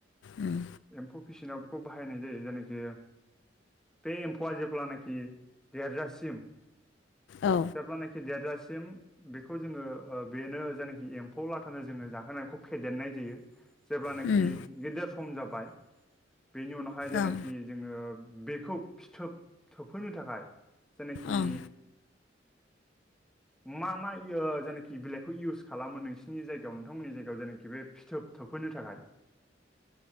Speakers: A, on the left (about 70°); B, in the centre.
A: उम
B: एम्फौ फिसिनायाव बेखौ बाहायनाय जायो जायनाखि बे एम्फौआ जेब्लानाखि देरजासिम
A: औ।
B: जेब्लानाखि देरजासिम बेखौ जोङो बेनो जायनाखि एम्फौ लाथानो जोङो जाहोनायखौ फेदेरनाय जायो। जेब्लानाखि
A: उम
B: गेदेर सम जाबाय, बेनि उनावहाय जेनाखि
A: ओं
B: जोङो बेखौ फिथोब थोबहोनो थाखाय जायनाखि
A: ओं
B: मा मा इ ओ जायनाखि बिलाइखौ इउस खालामो नोंसिनि जायगायाव नोंथांमोननि जायगायाव जेनोखि पि फिथोब थोबहैनो थाखाय।